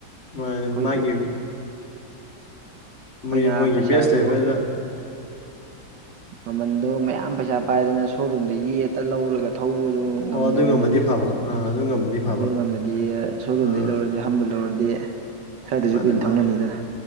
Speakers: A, on the left; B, on the right.
A: ꯃꯥꯅꯦ
B: ꯑꯩꯈꯣꯏꯁꯨ
A: ꯃꯥꯒꯤ
B: ꯑꯩꯈꯣꯏꯅ
A: ꯃꯥꯅꯦꯣꯏ ꯃꯣꯏꯒꯤ
B: ꯄꯩꯁꯥꯗꯨ
A: ꯕꯁ ꯂꯩꯐꯦꯗ <inaudible>
B: ꯃꯃꯟꯗꯣ ꯃꯌꯥꯝ ꯄꯩꯁꯥ ꯄꯥꯏꯗꯅ ꯁꯣꯔꯨꯝꯗ ꯌꯦ ꯍꯦꯛꯇ ꯂꯧꯔꯒ ꯊꯧꯕꯗꯨ ꯉꯝꯗꯕꯅꯤꯅꯅꯦ
A: ꯑꯣ ꯑꯗꯨ ꯉꯝꯃꯗꯤ ꯐꯕ ꯑꯥ ꯑꯗꯨ ꯉꯝꯃꯗꯤ ꯐꯕ
B: ꯑꯗꯨ ꯉꯝꯃꯗꯤ ꯁꯣꯔꯨꯝꯗꯩ
A: ꯑꯥ
B: ꯂꯧꯔꯗꯤ ꯑꯥꯟꯕꯝꯕ ꯂꯧꯔꯗꯤ ꯈꯔꯗꯁꯨ
A: ꯃꯥꯅꯦ
B: ꯀꯨꯏꯅ
A: ꯃꯥꯅꯦ
B: ꯊꯪꯅꯅꯤꯗꯅ